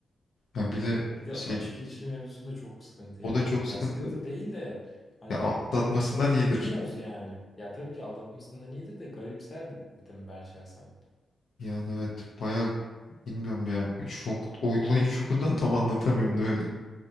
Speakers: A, on the left (about 70°); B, on the left (about 30°).
A: Yani bir de
B: Bir de
A: şey
B: açık ilişki mevzusu da çok sıkıntı
A: o
B: yani.
A: da çok sıkıntı.
B: Ya sıkıntı değil de hani
A: Ya atmasından
B: çok o-
A: iyidir.
B: duymuyoruz yani. Ya tabii ki aldatmasından iyidir de garipserdim ben şahsen.
A: Yani evet bayağı bilmiyorum ya şok olayın şokundan tam anlatamıyorum da